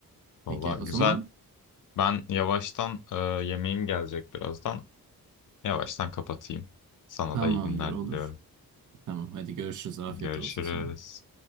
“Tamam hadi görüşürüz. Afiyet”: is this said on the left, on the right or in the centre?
Right